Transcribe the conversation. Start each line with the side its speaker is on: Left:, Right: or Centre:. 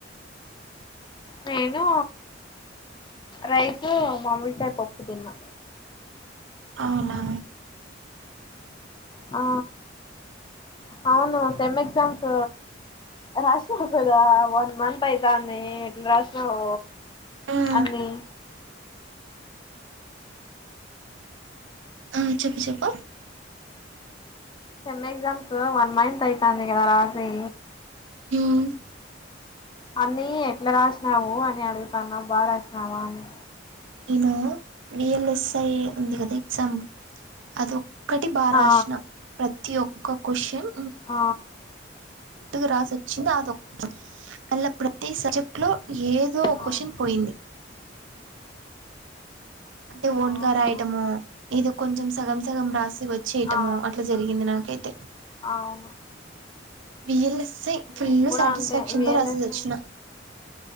Left: నేను రైసు మామిడికాయ పప్పు తిన్నా
Right: అవునా
Left: ఆ అవును సెమ్ ఎక్సామ్స్ రాసావు కదా వన్ మంత్ అయితాది ఏట్లా రాసినవు
Right: ఉమ్
Left: అన్ని
Right: ఆ చప్ప చెప్ప
Left: సెమ్ ఎక్సామ్స్ వన్ మంత్ అయితది కదా రాసి
Right: ఉమ్మ్
Left: అన్నీ ఎట్లా రాసినావు అని అడుగుతాన్నా బాగా రాసినావా అని
Right: నేను విఎల్ఎస్ఐ ఉంది కదా ఎగ్జామ్ అది ఒటి బారాసిన
Left: ఆ
Right: ప్రతి ఒక్క క్వశ్చన్
Left: ఆ
Right: ట్టు రాసి వచ్చింది అది ఒక మళ్ళ ప్రతి సబ్జెక్ట్ లో ఏదో
Left: ఆ
Right: క్వశ్చన్ పోయింది అంటే ఓన్
Left: అవునా
Right: గా రాయటమో ఏదో కొంచెం సగం సగం రాసి వచ్చేయటమో
Left: ఆ
Right: అట్లా జరిగింది నాకు అయితే
Left: అవును
Right: విఎల్స్స ఫుల్
Left: నేను కూడా
Right: సాటిస్ఫాక్షన్
Left: అంతే విఎల్ఎస్ఏ
Right: తో రాసి వచ్చిన